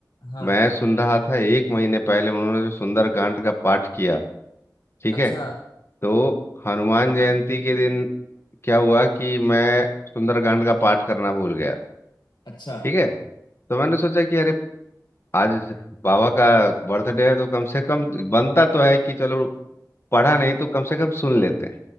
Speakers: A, on the left; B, on the left.
A: हाँ
B: मैं सुन रहा था एक महीने पहले उन्होंने जो सुंदरकांड का पाठ किया ठीक
A: अच्छा
B: है तो हनुमान जयंती के दिन क्या हुआ कि मैं सुंदरकांड का पाठ करना भूल गया था
A: अच्छा
B: ठीक है तो मैंने सोचा कि अरे आज बाबा का बर्थडे है तो कम से कम बनता तो है कि चलो पढ़ा नहीं तो कम से कम सुन लेते हैं